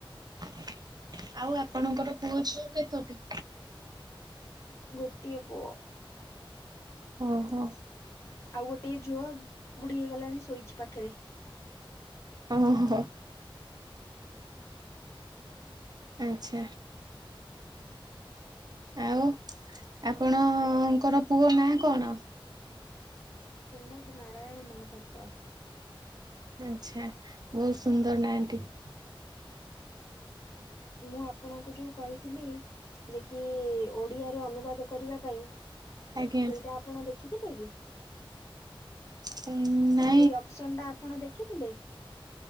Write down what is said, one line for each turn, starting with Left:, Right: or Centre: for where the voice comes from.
Right: ଆଉ ଆପଣଙ୍କର ପୁଅ ଝିଅ କେତୋଟି?
Left: ଗୋଟିଏ ପୁଅ।
Right: ଓହୋ।
Left: ଆଉ ଗୋଟିଏ ଝିଅ ବୁଢୀ ହେଇଗଲାଣି ଶୋଇଛି ପାଖରେ।
Right: ଓହୋ। ଆଚ୍ଛା। ଆଉ ଆପଣଙ୍କର ପୁଅ ନା କଣ?
Left: ଶ୍ରୀମଦ୍ ନାରାୟଣ ମହାପାତ୍ର।
Right: ଆଛା ବହୁତ ସୁନ୍ଦର ନା ଟିଏ।
Left: ମୁଁ ଆପଣଙ୍କୁ ଯୋଉ କହିଥିଲି ଯେ କି ଓଡିଆରେ ଅନୁବାଦ କରିବା ପାଇଁ ସେଇଟା
Right: ଆଜ୍ଞା
Left: ଆପଣ ଦେଖିଥିଲେ କି?
Right: ହଁନା।
Left: ସେଇ ଅପସନ ଟା ଆପଣ ଦେଖିଥିଲେ।